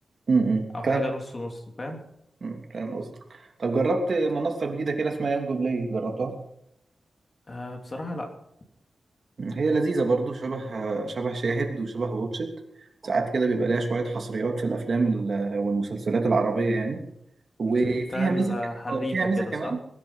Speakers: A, on the right (about 50°); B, on the left (about 35°).
A: امم
B: او
A: فاهم
B: حاجه نص نص فاهم
A: مم. فاهم قصدك طب جربت منصه جديده كده اسمها يانجو بلاي جربتها
B: آه بصراحه لا
A: هي لذيذة برضو شبه شبه شاهد وشبه واتشت ساعات كده بيبقى ليها شوية حصريات في الأفلام ال- والمسلسلات العربية يعني وفيها
B: زي بتاع
A: ميزة ك...
B: حريفه
A: آه، وفيها ميزة
B: كده
A: كمان
B: صح